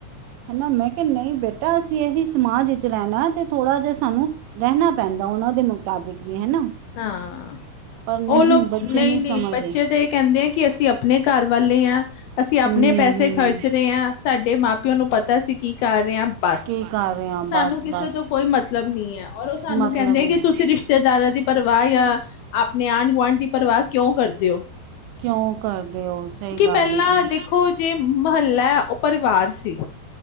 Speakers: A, on the right; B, on the left.
A: ਹਨਾ ਮੈਂ ਕਯਾ ਨਯੀ ਬੇਟਾ ਅਸੀ ਏਹੀ ਸਮਾਜ ਈਚ ਰੇਨਾ ਤੇ ਥੋੜਾ ਜਾ ਸਾਨੂੰ ਰਹਨਾ ਪੈਂਦਾ ਓਨਾ ਦੇ ਮੁਤਾਬਿਕ। ਵੀ ਹੈ ਨਾ
B: ਹਾਂ।
A: ਪਰ ਨਹੀਂ
B: ਓ ਲੋਕ
A: ਬੱਚੇ
B: ਨਯੀ
A: ਨਹੀਂ
B: ਨਯੀ
A: ਸਮਝਦੇ
B: ਬੱਚੇ ਤੇ ਐ ਕੇਂਦੇ ਆ ਕਿ ਅਸੀ ਅਪਨੇ ਘਰ ਵੱਲ ਈ ਆ ਅਸੀ ਅਪਨੇ
A: ਹੂੰ
B: ਪੈਸੇ
A: ਹੂੰ
B: ਖਰਚ ਰੇ ਆ ਸਾਡੇ ਮਾਂ-ਪਿਓ ਨੂੰ ਪਤਾ ਅਸੀ ਕੀ ਕਰ ਰੇ ਆ। ਬਸ
A: ਕੀ ਕਰ ਰਹੇ ਹਾਂ
B: ਸਾਨੂੰ
A: ਬਸ
B: ਕਿਸੇ
A: ਬਸ
B: ਤੋ ਕੋਈ ਮਤਲਬ ਮਤਲਬ ਨੀ ਐ ਔਰ ਓ ਸਾਨੂੰ
A: ਮਤਲਬ
B: ਕੇਂਦੇ
A: ਨਹੀਂ
B: ਕਿ ਤੁਸੀ ਰਿਸ਼ਤੇਦਾਰਾਂ ਦੀ ਪਰਵਾਹ ਯਾ ਅਪਨੇ ਆਂਢ-ਗੁਆਂਢ ਦੀ ਪਰਵਾ ਕਯੋ ਕਰਦੇ ਓ।
A: ਕਯੋ ਕਰਦੇ ਓ ਸਯੀ ਗੱਲ
B: ਪਹਿਲਾਂ
A: ਏ ਜੀ।
B: ਦੇਖੋ ਜੇ ਮਹੱਲਾ ਐ ਓ ਪਰਵਾਰ ਸੀ,